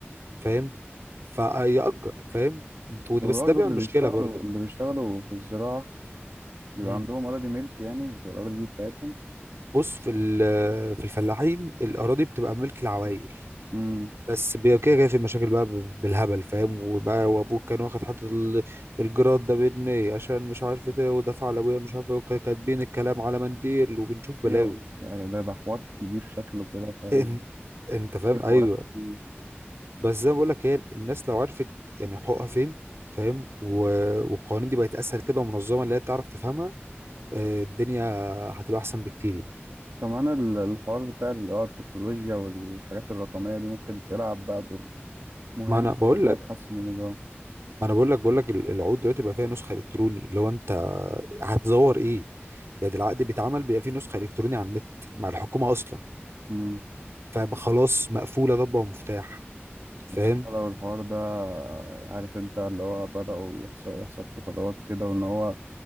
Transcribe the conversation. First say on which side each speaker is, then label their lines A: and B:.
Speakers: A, on the right; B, on the right.
A: فاهم فيأجر فاهم وده-
B: وبرضه
A: بس ده بيعمل
B: اللي
A: مشكلة
B: بيشتغلوا
A: برضو
B: اللي بيشتغلوا في الزراعة بيبقى
A: مم.
B: عندهم أراضي ملك يعني بتبقى الأراضي دي بتاعتهم
A: بص في ال- في الفلاحين الأراضي بتبقى ملك العوائل
B: مم.
A: بس بي- كده كده في مشاكل بقى ب- بالهبل فاهم وبقى وابوك كان واخد حتة ال- الجراد ده بجنيه عشان مش عارف ايه ودفع لابويا مش عارف ايه وكا- كاتبين الكلام على منديل وبنشوف بلاوي
B: يا- يعني ده ده حوار كبير شكله كده فاهم
A: إن- انت فاهم
B: في حوارات
A: ايوه
B: كتير
A: بس زي ما بقول لك هي الناس لو عرفت يعني حقوقها فين فاهم و... والقوانين دي بقت اسهل كده ومنظمه اللي هي تعرف تفهمها آه، الدنيا هتبقى احسن بكتير يعني
B: كمان ال- الحوار بتاع اللي هو التكنولوجيا والحاجات الرقمية دي ممكن تلعب بقى دور مهم
A: ما انا بقول
B: إنها
A: لك
B: تحسن النظام
A: ما انا بقول لك بقول لك ال- العقود دلوقتي بقى فيها نسخه الكتروني اللي هو انت هتزور ايه يعني ده العقد بيتعمل بيبقى فيه نسخه الكتروني على النت مع الحكومه اصلا
B: امم
A: فخلاص مقفوله ضبه ومفتاح فاهم
B: بصراحة لو الحوار ده عارف أنت اللي هو بدأوا يحصل يحصل فيه خطوات كده وإن هو